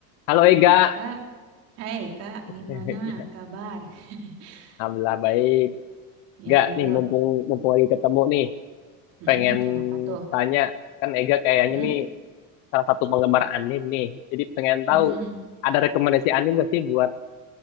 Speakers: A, on the left; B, on the right.
A: Halo Ega,
B: Kak, hai Kak,
A: <laughs>
B: gimana kabar? <laughs>
A: alhamdulillah baik.
B: Ya,
A: Gak
B: yuk.
A: nih, mumpung mumpung lagi ketemu nih,
B: Mm-mm,
A: pengen
B: kenapa tuh?
A: tanya kan Ega kayaknya
B: Mm-mm,
A: nih salah satu penggemar anim nih. Jadi pengen tahu
B: mm-mm.
A: ada rekomendasi anim gak sih buat